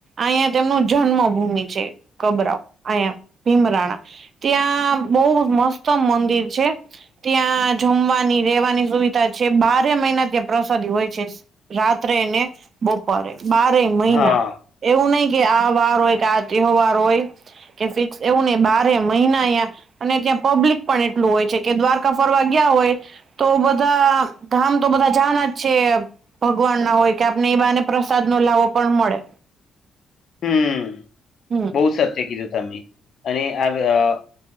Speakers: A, on the right (about 50°); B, on the left (about 60°).
A: અહંયા તેમનું જન્મભૂમિ છે કબરાવ. અહંયા ભીમરાણા, ત્યાં બહ મસ્ત મંદિર છે. ત્યાં જમવાની રેવાની સુવિધા છે બારે મહિના ત્યાં પ્રસાદી હોય છે. રાત્રે એને બપોરે. બારે મહિના,
B: હા
A: એવું નહિ કે આ વાર હોય કે તહેવારો હોય. કે ફિક્સ એવું નહ બારે મહિના અં અને ત્યાં પબ્લિક પણ એટલું હોય છે કે દ્વારકા ફરવા ગયા હોય. તો બધા ગામ તો બધા જાન જ છે. ભગવાન ના હોય કે આપને એ બને પ્રસાદ નો લાવો પણ મળે.
B: હમ,
A: હમ
B: બહુ સત્ય કીધું તમે, અને આ